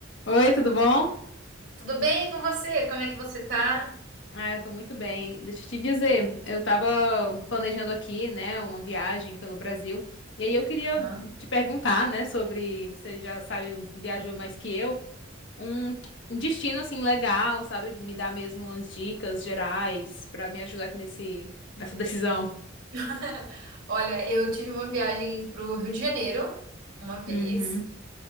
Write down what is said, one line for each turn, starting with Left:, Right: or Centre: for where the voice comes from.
Left: Oi, tudo bom?
Right: Tudo bem com você? Como é que você tá?
Left: Ah, eu tô muito bem. Deixa eu te dizer, eu tava planejando aqui, né, uma viagem pelo Brasil, e aí eu queria
Right: Aham.
Left: te perguntar, né, sobre, você já sabe, viajou mais que eu, um, um destino, assim, legal, sabe? Me dar mesmo umas dicas gerais pra me ajudar aqui nesse, nessa decisão.
Right: <laughs> Olha, eu tive uma viagem pro Rio de Janeiro uma vez.
Left: Uhum.